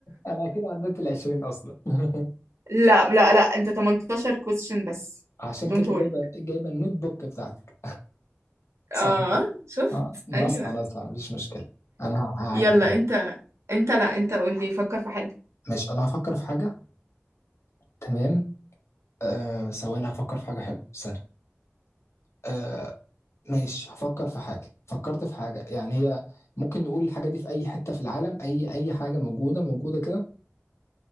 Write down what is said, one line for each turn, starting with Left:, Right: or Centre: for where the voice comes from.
Left: انا كده عديت ال 20 اصلا <laughs>
Right: <laughs> لا لا لا انت 18 question بس
Left: عشان
Right: don't
Left: كده
Right: worry
Left: جايبه جايبه النوت بوك بتاعتك صح
Right: اه شفت
Left: اه نصحى
Right: ايوه
Left: نصحى مفيش مشكله انا ه- هقعد
Right: يلا انت انت لا انت قول لي فكر في حاجة
Left: ماشي انا هفكر في حاجه تمام آه ثواني هفكر في حاجه حلوه سهل آه ماشي هفكر في حاجة فكرت في حاجة يعني هي ممكن نقول الحاجة دي في أي حتة في العالم أي أي حاجة موجودة موجودة كده